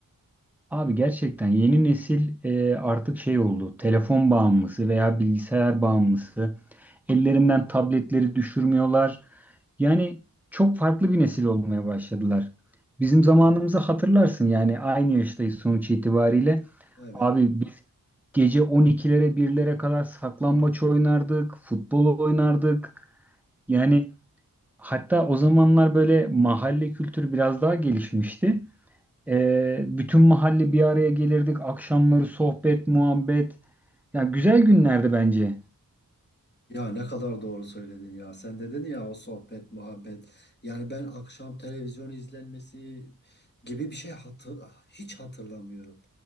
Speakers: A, in the centre; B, on the left (about 30°).
A: Abi gerçekten yeni nesil e, artık şey oldu. Telefon bağımlısı veya bilgisayar bağımlısı. Ellerinden tabletleri düşürmüyorlar. Yani çok farklı bir nesil olmaya başladılar. Bizim zamanımızı hatırlarsın yani aynı yaştayız sonuç itibariyle.
B: E, Evet.
A: Abi biz gece 12'lere birlere kadar saklambaç oynardık, futbol oynardık. Yani hatta o zamanlar böyle mahalle kültürü biraz daha gelişmişti. Ee, bütün mahalle bir araya gelirdik. Akşamları sohbet, muhabbet. Ya güzel günlerdi bence.
B: Ya ne kadar doğru söyledin ya. Sen dedin ya o sohbet, muhabbet. Yani ben akşam televizyon izlenmesi gibi bir şey hatır, hiç hatırlamıyorum.